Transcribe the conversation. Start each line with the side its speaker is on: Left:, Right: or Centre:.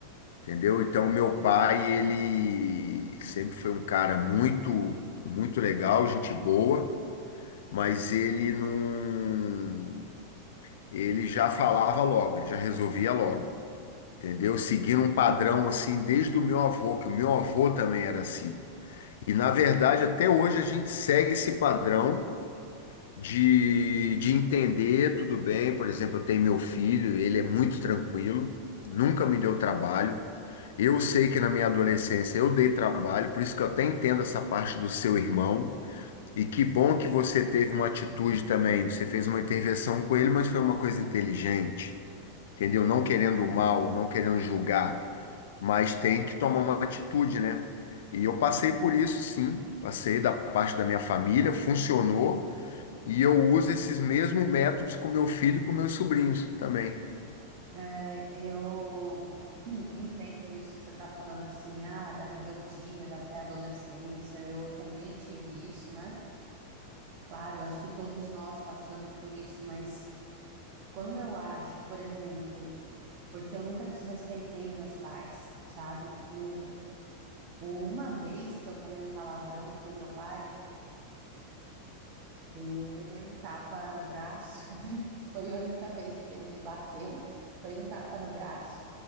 Left: entendeu? Então, meu pai, ele sempre foi um cara muito, muito legal, gente boa, mas ele não. Ele já falava logo, ele já resolvia logo. entendeu? Seguindo um padrão assim desde o meu avô, que o meu avô também era assim. E na verdade, até hoje a gente segue esse padrão de, de entender tudo bem. Por exemplo, eu tenho meu filho, ele é muito tranquilo, nunca me deu trabalho. Eu sei que na minha adolescência eu dei trabalho, por isso que eu até entendo essa parte do seu irmão. E que bom que você teve uma atitude também. Você fez uma intervenção com ele, mas foi uma coisa inteligente, entendeu? Não querendo o mal, não querendo julgar mas tem que tomar uma atitude, né? E eu passei por isso, sim, passei da parte da minha família, funcionou, e eu uso esses mesmos métodos com meu filho e com meus sobrinhos também.
Right: É, eu <clears throat> hum, entendo isso que você está falando, assim, ah, da rebeldia, da pré-adolescência. Eu também tive isso, né? Claro, eu acho que todos nós passamos por isso, mas quando eu acho, por exemplo, porque eu nunca desrespeitei meus pais, sabe? Nunca. Uma vez que eu falei um palavrão pro meu pai, eu levei um tapa no braço, <laughs> foi a única vez que ele me bateu, foi um tapa no braço